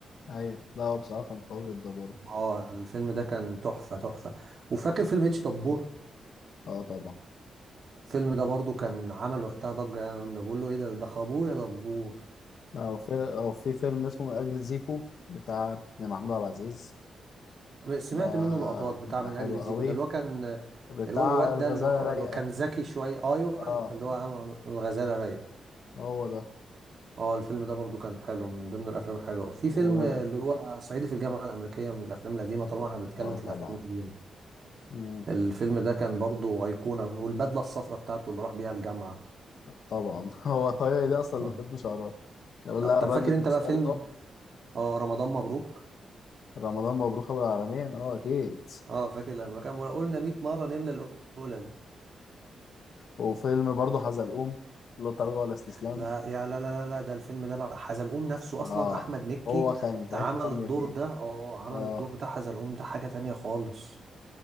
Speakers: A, on the left; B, on the right.
A: أيوه لا هو بصراحة كان قوي جدا برضه
B: اه الفيلم ده كان تحفه تحفه وفاكر فيلم اتش دبور
A: اه طبعا
B: الفيلم ده برضو كان عمل وقتها ضجه يعني انا بقول له ايه ده ده خابور يا دبور
A: لا هو في هو في فيلم اسمه من أجل زيكو بتاع ابن محمود عبد العزيز
B: سمعت
A: ده
B: منه لقطات بتاع من
A: حلو
B: اجل
A: قوي
B: زيكو ده اللي هو كان
A: بتاع
B: اللي هو الواد
A: الغزالة
B: ده اللي هو
A: رايقة
B: اللي هو كان ذكي شويه ايوه
A: اه
B: اللي هو الغزاله رايق
A: هو ده
B: اه الفيلم ده برضو كان حلو من ضمن الافلام الحلوه في
A: و
B: فيلم اللي هو صعيدي في الجامعه الامريكيه من الافلام القديمه طالما احنا بنتكلم
A: اه
B: في الافلام
A: طبعا
B: القديمه
A: مم.
B: الفيلم ده كان برضو ايقونه والبدله الصفراء بتاعته اللي راح بيها الجامعه
A: طبعا <laughs> هو هي دي اصلا
B: اه
A: اللي خدمة شعرات كان بيقول
B: آه،
A: لها
B: طب
A: بدلة
B: فاكر
A: مستردة
B: انت بقى فيلم اه رمضان مبروك
A: رمضان مبروك ابو العالمين اه اكيد
B: اه فاكر لما كان بيقول قلنا 100 مره نملى القلل
A: وفيلم برضه حزلقوم لا تراجع ولا استسلام
B: لا يا لا لا لا لا ده الفيلم ده بقى حزلقوم نفسه
A: اه
B: اصلا احمد مكي
A: هو كان في
B: عمل
A: حتة تانية
B: الدور
A: فيه
B: ده اه عمل
A: اه
B: الدور بتاع حزلقوم ده حاجه تانية خالص